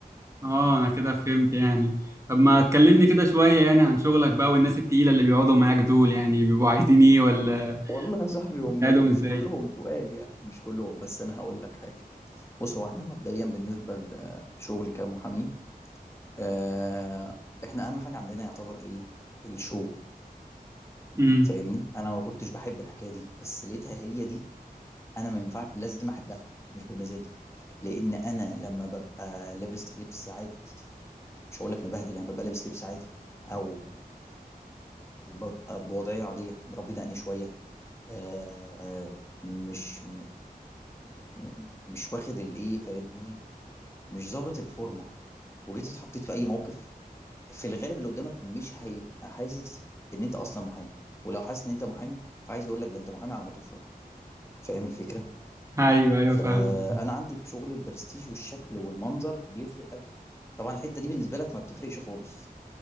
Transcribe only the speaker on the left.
والله يا صاحبي هم
مش
كلهم تقال يعني مش كلهم بس انا هقول لك حاجة بص هو احنا مبدئيا بالنسبه ل- لشغلي كمحامي آه، احنا اهم حاجه عندنا يعتبر ايه الشو
فاهمني انا ما كنتش بحب الحكايه دي بس لقيتها هي دي انا ما ينفع لازم احبها مش بمزاجي لان انا لما ببقى لابس لبس عادي مش هقول لك مبهدل يعني ببقى لابس لبس عادي او ببقى بوضعيه عاديه مربي دقني شويه آه، مش م- م- مش واخد الايه فاهمني مش ظابط الفورمه وجيت اتحطيت في اي موقف في الغالب اللي قدامك مش هيبقى حاسس ان انت اصلا محامي ولو حاسس ان انت محامي فعايز يقول لك ده انت محامي على ما تفرج فاهم الفكره
فانا
عندي في شغلي البرستيج والشكل والمنظر بيفرق قوي طبعا الحته دي بالنسبه لك ما بتفرقش خالص